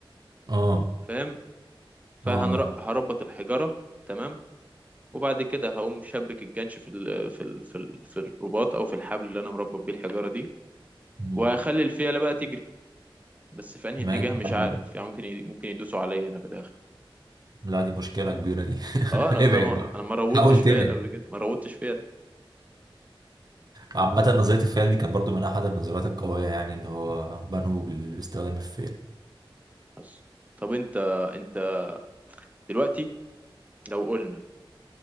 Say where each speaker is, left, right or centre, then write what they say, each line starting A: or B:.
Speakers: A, on the right; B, on the right.
A: اه
B: فاهم فهربط
A: اه آه.
B: الحجارة تمام وبعد كده هقوم شبك الجنش في ال... في ال... في ال... في الرباط او في الحبل اللي انا مربط بيه الحجارة دي
A: مم.
B: وهخلي الفيلة بقى تجري بس في انهي
A: ماشي
B: اتجاه مش
A: حلو
B: عارف يعني ممكن ي... ممكن يدوسوا عليا انا في الاخر
A: لا دي مشكلة كبيرة دي <laughs>
B: اه انا
A: ابعد
B: اصلا ما...
A: بقى
B: انا ما روضتش
A: حاول تبعد
B: فيا قبل كده ما روضتش فيا
A: عامة نظرية الفيل دي كانت برضو من أحد النظريات القوية يعني إن هو بنوه باستخدام الفيل
B: بس طب انت انت دلوقتي لو قلنا